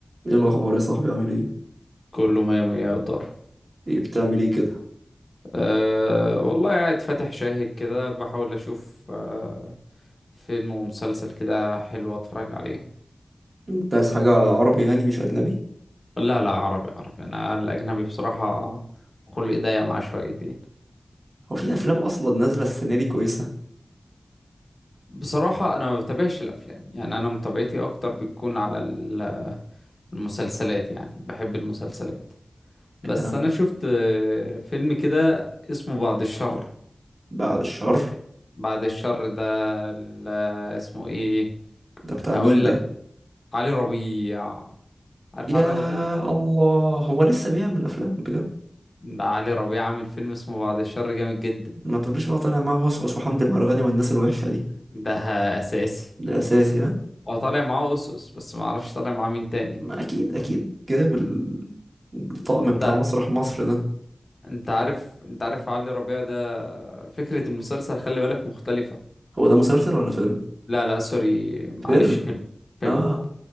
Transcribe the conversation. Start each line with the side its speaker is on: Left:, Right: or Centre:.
Right: ايه الاخبار يا صاحبي عامل ايه
Left: كله مية مية يقدر
Right: ايه بتعمل ايه كده
Left: أه والله قاعد فاتح شاهد كده بحاول أشوف أه فيلم ومسلسل كده حلو أتفرج عليه
Right: انت عايز حاجه عربي يعني مش اجنبي
Left: لا لا عربي عربي أنا الأجنبي بصراحة خلق ضيق معاه شويتين
Right: هو في افلام اصلا نازله السنه دي كويسه
Left: بصراحة أنا ما بتابعش الأفلام يعني أنا متابعتي أكتر بتكون على ال- المسلسلات يعني بحب المسلسلات بس
Right: آه،
Left: أنا شفت آه، فيلم كده اسمه بعد الشر
Right: بعد الشر
Left: بعد الشر ده ال- اسمه إيه
Right: ده بتاع
Left: هقول
Right: مين ده
Left: لك علي ربيع عارف
Right: يا
Left: علي ربيع
Right: الله هو لسه بيعمل افلام بجد
Left: ده علي ربيع عامل فيلم اسمه بعد الشر جامد جدا
Right: ما تقوليش بقى طالع معاه وسوس وحمد المرغني والناس الوحشه دي
Left: ده اساسي
Right: ده اساسي ها
Left: هو طالع معاه أوسوس بس ما اعرفش طالع معاه مين تاني
Right: ما اكيد اكيد جاب ال- الطقم
Left: انت
Right: بتاع مسرح مصر ده
Left: انت عارف انت عارف علي ربيع ده فكرة المسلسل خلي بالك مختلفة
Right: هو ده مسلسل ولا فيلم
Left: لا لا سوري معلش
Right: فيلم
Left: فيلم فيلم
Right: اه